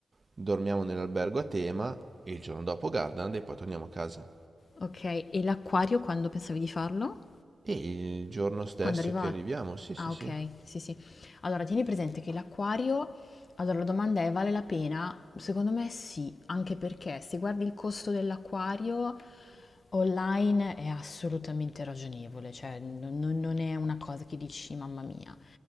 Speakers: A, on the right (about 35°); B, on the left (about 55°).
A: dormiamo nell'albergo a tema e il giorno dopo Gardaland e poi torniamo a casa.
B: ok, e l'acquario quando pensavi di farlo?
A: E il giorno stesso
B: Quando arriva...
A: che arriviamo, sì, sì,
B: Ah,
A: sì.
B: ok, sì, sì. Allora, tieni presente che l'acquario, allora la domanda è, vale la pena? Secondo me sì, anche perché se guardi il costo dell'acquario online è assolutamente ragionevole, cioè non, non- non è una cosa che dici, mamma mia.